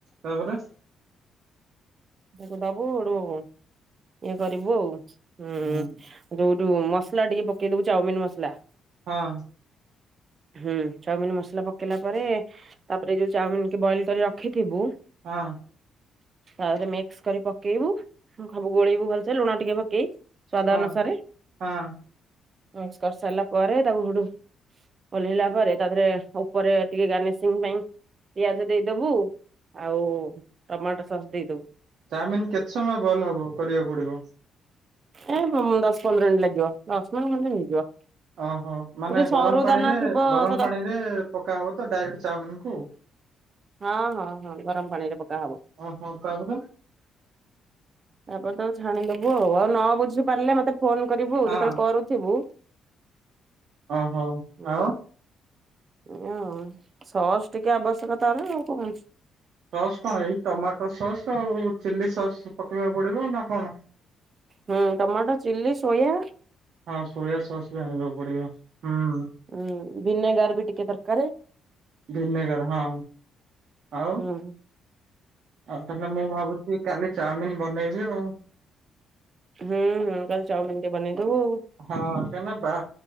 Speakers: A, on the right; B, on the right.
A: ତାପରେ।
B: ତାକୁ ଦବୁ ହେଡୁ ଇଏ କରିବୁ ଆଉ ହୁଁ। ହେଡୁ
A: ହଁ
B: ଡୁ ମସଲା ଟିକେ ପକେଇ ଦବୁ ଚାଉମିନି ମସଲା।
A: ହଁ।
B: ହୁଁ ଚାଉମିନି ମସଲା ପକେଇଲା ପରେ ତାପରେ ଯୋଉ ଚାଉମିନି କି ବଏଲ କରି ରଖିଥିବୁ।
A: ହଁ।
B: ତାରେ ମିକ୍ସ କରି ପକେଇବୁ। ହଁ ଖବୁ ଗୋଳିବୁ ଭଲସେ ଲୁଣ ଟିକେ ପକେଇ ସ୍ଵାଦ
A: ହଁ
B: ଅନୁସାରେ।
A: ହଁ
B: ହସ୍ କରି ସାରିଲା ପରେ ତାକୁ ହୁଡୁ ଓହ୍ଲେଇଲା ପରେ ତା ଦେରେ ଉପରେ ଟିକେ ଗାର୍ନିସିଂ ପାଇଁ ପିଆଜ ଦେଇଦବୁ। ଆଉ ଟମାଟୋ ସସ୍ ଦେଇଦବୁ।
A: ଚାଉମିନି କେତେ ସମୟ ବଏଲ ହବ କରିବାକୁ ପଡିବ?
B: ଏ ଦଶ ପନ୍ଦର ମିନିଟ ଲାଗିବ ଦଶ ମିନିଟି ଖଣ୍ଟ ହେଇଯିବ?
A: ଅହ ମାନେ
B: ଯଦି ସରୁ
A: ଗରମ ପାଣିରେ
B: ଦାନା ଥିବ
A: ଗରମ
B: ତ
A: ପାଣି ରେ ପକା ହବ ତ ଡାଇରେକ୍ଟ ଚାଉମିନିକୁ?
B: ହଁ ହଁ ହଁ ଗରମ ପାଣି ରେ ପକା ହବ।
A: ଅହ ତାପରେ?
B: ତାପରେ ତ ଛାଣିଦବୁ ଆଉ ଆଉ ନ ବୁଝି ପାରିଲେ ମତେ ଫୋନ କରିବୁ ଯେତେବେଳେ
A: ହଁ
B: କରୁଥିବୁ
A: ଓହୋ
B: ଉଁ।
A: ଆଉ
B: ଏଁଆଉ ସସ୍ ଟିକେ ଆବଶ୍ୟକତା ନା ଆଉ କଣ ଅଛି।
A: ସସ୍ କଣ ଏଇ ଟମାଟୋ ସସ୍ ଆଉ ଚିଲି ସସ୍ ପକେଇବାକୁ ପଡିବ ନା କଣ?
B: ହୁଁ ଟମାଟୋ ଚିଲ୍ଲି ସୋୟା।
A: ହଁ ସୋୟା ସସ୍ ବି ଆଣିବାକୁ ପଡିବ ହୁଁ।
B: ହୁଁ ବିନେଗାର ବି ଟିକେ ଦରକାରେ।
A: ଭିନେଗାର ହଁ। ଆଉ
B: ଉଁ।
A: ଆଉ ତାହେଲେ ମୁଁ ଭାବୁଚି କାଲି ଚାଉମିିନି ବନେଇବି ଆଉ।
B: ହୁଁ ହୁଁ କାଲି ଚାଉମିିନି ଟେ ବନେଇଦବୁ।
A: ହଁ କାନା ବା